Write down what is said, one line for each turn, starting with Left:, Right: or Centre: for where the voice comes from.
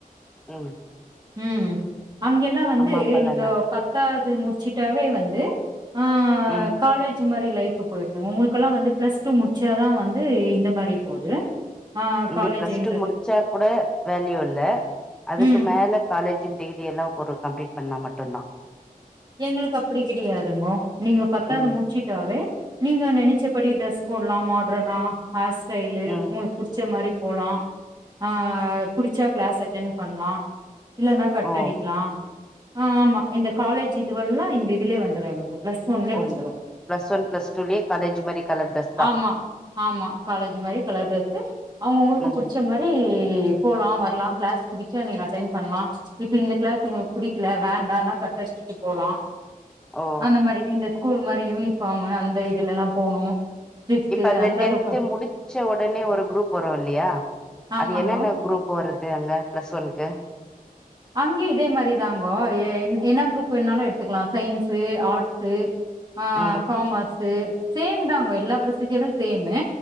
Centre: ம்
Right: ம் அங்கெல்லா வந்து
Centre: அம்மா அப்பாலா
Right: நீங்கோ
Centre: என்ன பண்-
Right: பத்தாவது முடிச்சிட்டாவே வந்து ஆ
Centre: ம்
Right: காலேஜ் மாரியே லைஃப் போய்டு உங்களுக்கெல்லா வந்து பிளஸ் டூ முடிச்சாதா வந்து இந்த மாரி போது ஆ
Centre: இங்க
Right: காலேஜ்ன்றது
Centre: பிளஸ் டூ முடிச்சா கூட வேல்யூ இல்ல அதுக்கு
Right: ம்
Centre: மேல காலேஜு டிகிரி எல்லா ஒரு கம்ப்ளீட் பண்ணா மட்டு தா
Right: எங்களுக்கு அப்டி கிடையாதுங்கோ நீங்க பத்தாது
Centre: ம்
Right: முட் ச்சிட்டாவே நீங்க நெனச்சபடி ட்ரெஸ் போட்லா மாடர்னா ஹேர் ஸ்டைலு
Centre: ம்
Right: உங்களுக் புடிச்ச மாரி போலா ஆ புடிச்சா கிளாஸ் அட்டன் பண்லா இல்லனா கட்
Centre: ஓ
Right: அடிக்லா ஆ ஆமா இந்த காலேஜ் இதுவெல்லா இந்த இதுலயே வந்துரு எங்களுக்கு பிளஸ் ஒன்லயே
Centre: ஓ
Right: வந்துரு
Centre: பிளஸ் ஒன் பிளஸ் டூலயே காலேஜ் மாரி கலர் ட்ரெஸ் தா
Right: ஆமா ஆமா காலேஜ் மாரி கலர் டிரெஸு அவுங்க அவுங்களுக்கு
Centre: ம்
Right: புடிச்ச மாரி போலா வரலா கிளாஸ் புடிச்சா நீங்க அட்டெண் பண்லா இப்ப இந்த கிளாஸ் உங்களுக்கு புடிக்ல வேண்டானா கட் அடிச்சிட்டு போலா
Centre: ஓ
Right: அந்த மாரி இந்த கூல் மாரி யூனிஃபாமு அந்த இதுலலா போணு ஸ்ட்ரிக்ட்டு
Centre: இப்ப அதுல
Right: அந்த
Centre: டென்து
Right: அளவுக்கு
Centre: முடிச்ச ஒடனே ஒரு குரூப் வரு இல்லியா
Right: ஆமாங்கோ
Centre: அது என்னென்ன குரூப் போறது அங்க பிளஸ் ஒன்க்கு
Right: அங்கே இதே மாரி தாங்கோ எ என் என்னா குரூப் வேனாலு எடுத்துக்லா சயின்ஸு ஆர்ட்ஸு ஆ
Centre: ம்
Right: காமர்ஸு சேமு தாங்கோ எல்லா ப்ரொசீஜரு சேமு